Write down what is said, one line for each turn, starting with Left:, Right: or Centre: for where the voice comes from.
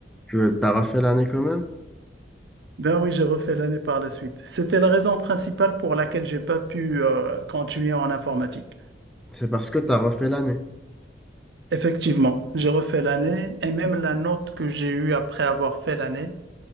Centre: Tu as refait l'année quand même?
Right: Ben oui, j'ai refait l'année par la suite. C'était la raison principale pour laquelle j'ai pas pu euh, continuer en informatique.
Centre: C'est parce que tu as refait l'année.
Right: Effectivement, j'ai refait l'année et même la note que j'ai eue après avoir fait l'année,